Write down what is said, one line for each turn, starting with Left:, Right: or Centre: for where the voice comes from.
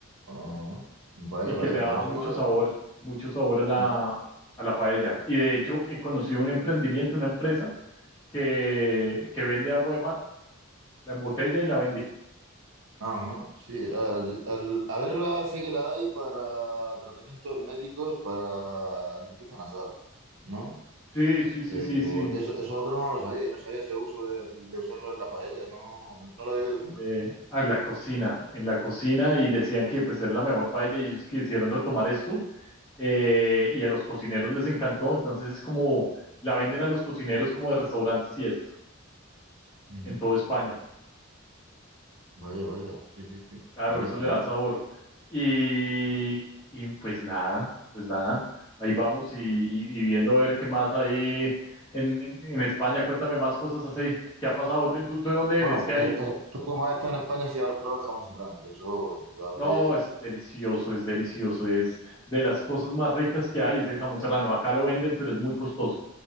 Right: ajá. Vaya,
Left: y
Right: vaya,
Left: que le daba
Right: pues eso
Left: mucho
Right: no lo...
Left: sabor, mucho sabor a la,
Right: ni-
Left: a la paella. Y de hecho, he conocido un emprendimiento, una empresa que, que vende agua de mar, la embotella y la vende.
Right: Ajá, sí. Al, al- a verla sé que la hay para tratamientos médicos, para limpieza nasal, ¿no?
Left: Sí, sí, sí,
Right: Pero
Left: sí, sí.
Right: eso, eso otro no lo sabía y no sabía ese uso de, de usarlo en la paella, no, no, no lo he oído nunca.
Left: eh, a la cocina, en la cocina y decían que pues era la mejor paella y ellos quisieron retomar esto eh, y a los cocineros les encantó, entonces es como la venden a los cocineros como de restaurantes y esto,
Right: Ujú.
Left: en toda España.
Right: Vaya, vaya. Sí, sí, sí.
Left: Claro,
Right: Nada,
Left: eso le
Right: nada.
Left: da sabor. Y, y pues nada, pues nada. Ahí vamos y, y- y viendo a ver qué más hay en, en- en España. Cuéntame más cosas así. ¿Qué ha pasado? ¿Tú, tú de dónde
Right: Bueno,
Left: eres? ¿Qué hay?
Right: eh, eh, tú como has estado en España, sí habrás probado el jamón serrano, que eso, indudable.
Left: No, es delicioso, es delicioso. Es de las cosas más ricas que hay, es el jamón serrano. Acá lo venden, pero es muy costoso.